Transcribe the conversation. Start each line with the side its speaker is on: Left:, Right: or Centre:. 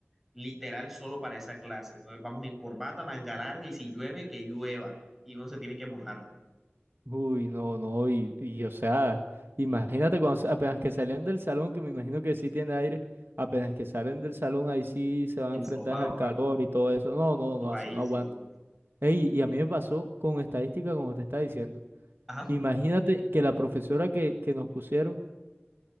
Centre: literal solo para esa clase. Entonces vamos en corbata, manga larga y si llueve, que llueva y no se tiene que mojar.
Right: Uy, no, no, y, y, o sea, imagínate cuando sa- apenas que salen del salón, que me imagino que sí tiene aire, apenas que salen del salón, ahí sí se van
Centre: Ensopado,
Right: a enfrentar al
Centre: papi.
Right: calor y todo eso. No, no,
Centre: Sopadísimo.
Right: no, así no aguanto. Ey, y a mí me pasó con estadística, como te está diciendo.
Centre: Ajá.
Right: Imagínate que la profesora que, que nos pusieron,